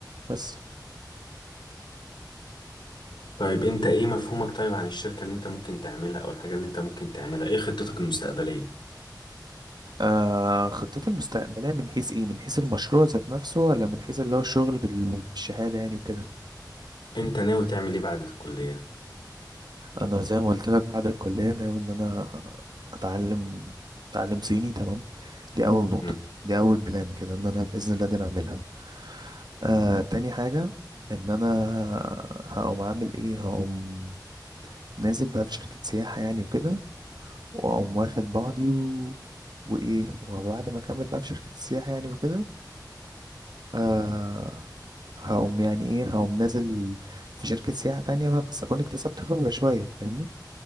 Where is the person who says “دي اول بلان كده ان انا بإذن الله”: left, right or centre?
Right